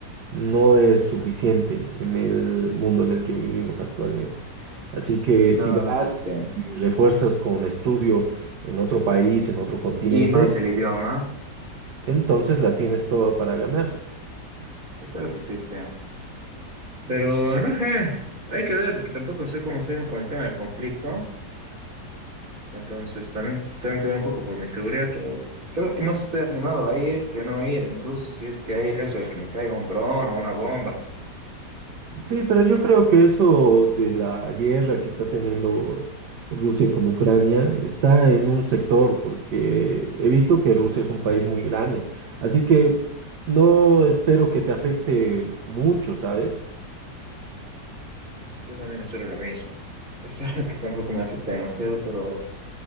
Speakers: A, on the right; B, on the right.
A: no es suficiente en el mundo en el que vivimos actualmente. Así que si
B: No,
A: vas
B: no es suficiente.
A: y refuerzas con estudio en otro país, en otro continente,
B: Y más el idioma.
A: entonces la tienes toda para ganar.
B: Espero que sí, che. Pero no sé, hay que ver, porque tampoco sé cómo se viene con el tema del conflicto. Entonces también tengo que ver un poco por mi seguridad, pero creo que más estoy animado a ir que no ir, incluso si es que hay riesgo de que me caiga un dron o una bomba.
A: Sí, pero yo creo que eso de la guerra que está teniendo Rusia con Ucrania está en un sector, porque he visto que Rusia es un país muy grande, así que no espero que te afecte mucho, ¿sabes?
B: Yo también espero lo mismo. <laughs> Espero que tampoco me afecte demasiado, pero...